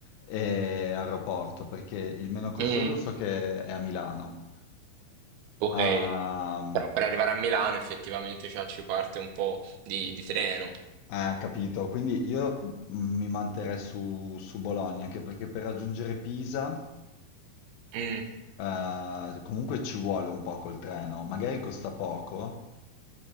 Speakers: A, on the left; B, on the right.
A: e aeroporto, perché il meno costoso
B: Mm,
A: so che è a Milano.
B: ok.
A: Ah,
B: Però per arrivare a Milano effettivamente già ci parte un po' di, di treno.
A: eh, capito. Quindi io mm, mi manterrei su, su Bologna, anche perché per raggiungere Pisa,
B: Mm.
A: eh, comunque ci vuole un po' col treno. Magari costa poco,